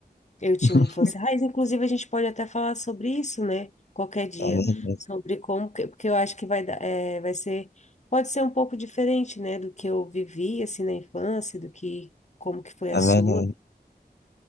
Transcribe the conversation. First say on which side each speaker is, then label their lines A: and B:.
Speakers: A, on the left (about 45°); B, on the left (about 80°).
A: Eu tinha
B: <laughs>
A: uma infância raiz, inclusive a gente pode até falar sobre isso, né? Qualquer dia,
B: É verdade,
A: sobre como, que- porque eu acho que vai dar, é, vai ser, pode ser um pouco diferente, né? Do que eu vivi, assim, na infância, do que, como que foi a
B: é
A: sua.
B: verdade.